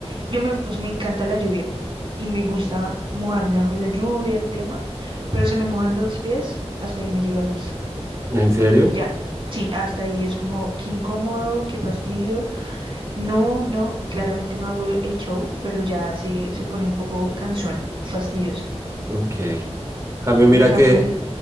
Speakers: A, on the right; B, on the right.
A: yo me, pues, me encanta la lluvia y me gusta mojarme bajo la lluvia, el tema, pero se me mojan los pies, hasta ahí me llega el gusto.
B: ¿En serio?
A: Ya, sí, hasta ahí es como qué incómodo, qué fastidio. No, no, claramente no hago el show, pero ya se, se pone un poco cansón, fastidioso.
B: Ok. Cambio, mira
A: En cambio,
B: que
A: el,